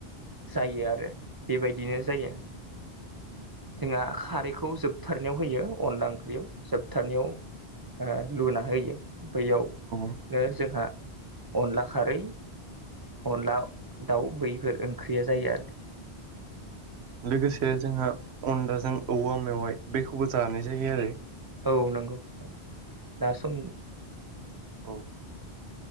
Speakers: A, on the right; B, on the right.
A: जायो आरो बेबायदिनो जायो। जोंहा खारैखौ जोबथारनायाव होयो अनला ओंख्रियाव। जोबथारनाययाव ओ लुना होयो बैयावनो
B: औ
A: जोंहा अनला खारै अनला दाव बैफोर ओंख्रिया जायो आरो।
B: लोगोसे जोंहा अनदाजों औवा मेवाइ बेखौबो जानाय जायो आरो।
A: औ नंगौ औ दा सम
B: औ